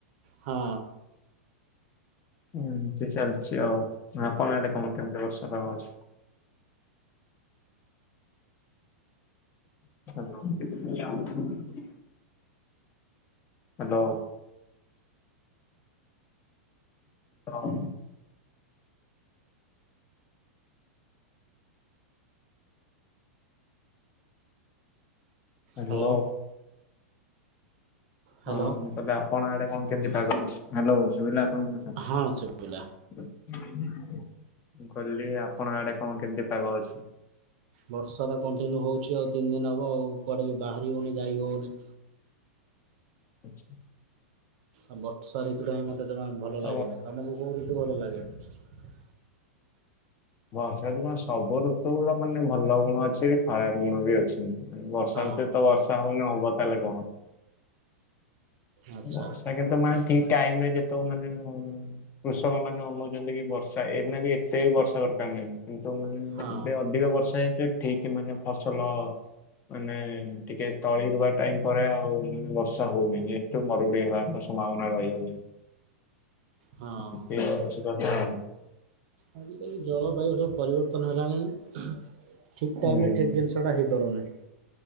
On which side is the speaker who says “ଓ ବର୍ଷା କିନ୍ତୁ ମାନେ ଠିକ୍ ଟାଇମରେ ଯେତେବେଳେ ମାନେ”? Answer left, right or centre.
Left